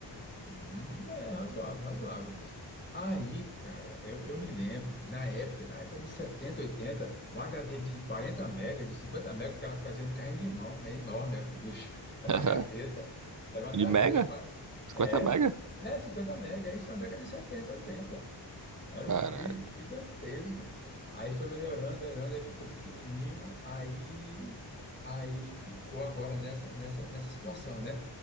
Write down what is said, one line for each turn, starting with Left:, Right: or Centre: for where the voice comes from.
Left: Hum, é razoável, razoável. Aí, cara, eu, eu me lembro que na época, na época de 70, 80, um HD de 40 mega, de 50 mega, o cara trazia no carrinho de mão, é enorme, era um bicho, <laughs> era
Right: <laughs>
Left: uma gaveta, era uma gaveta.
Right: De mega?
Left: acho que pa-
Right: 50
Left: É,
Right: mega?
Left: é 50 mega, isso na década de 70, oitenta, Era
Right: Caraca.
Left: um bicho gigantesco. Aí foi melhorando, melhorando, aí ficou pequenininho, aí, aí ficou agora nessa, nessa, nessa situação, né?